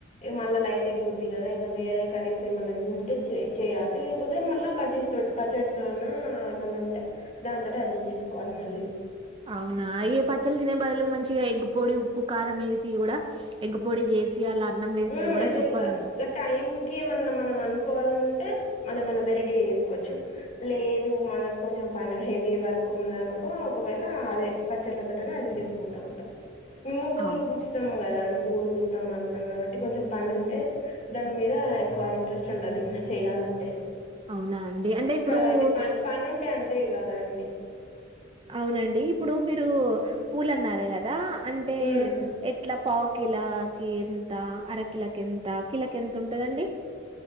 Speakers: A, on the left; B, on the right.
A: మళ్ళ లైట్ అయిపోద్ది కదా ఇంకా వేరే కర్రీస్ ఏమన్నా తింటే చేయాలి లేకపోతే మళ్ళా పచ్చిస్ పచ్చడిలోన్నా ఏమన్నా ఉంటే దాని తోనే అడ్జెస్ చేసుకోవాలి మళ్ళీ
B: అవునా అయ పచ్చలు తినే బదులు మంచిగా ఎగ్గు పొడి ఉప్పు కారం వేసి కూడా ఎగ్గు పొడి చేసి అలా అన్నం వేస్తే
A: ఉమ్
B: కూడా
A: అదే
B: సూపర్
A: ఇంగా
B: ఉంటా
A: ఇక టైం కి ఏమన్నా మనం అనుకోవాలంటే మన ఏమన్న వెరటీగా చేసుకోవచ్చు లేదు మనకు కొంచెం పని హెవీ వర్క్ ఉందనుకో ఒకవేళ అదే పచ్చళ్లతోటనే అది చేసుకుంటా ఉంటాం మేము పూలు
B: అవు
A: కుచ్చుతాము కదా అండి పూవులు కుచ్చుతాం అళ్తాం కాబట్టి కొంచెం పని ఉంటే దాని మీద ఎక్కువ ఇంట్రెస్ట్ ఉండదు ఇంకా చెయాలంటే
B: అవునా అండి అంటే ఇప్పుడు
A: కదండి పని పని ఉంటే అంతే కదా అండి
B: అవునండి ఇప్పుడు మీరు పూలు అన్నారు కదా అంటే
A: హ్మ్
B: ఎట్లా పావుకిలా కి ఎంత అరకిలకి ఎంత కిల కి ఎంత ఉంటదండి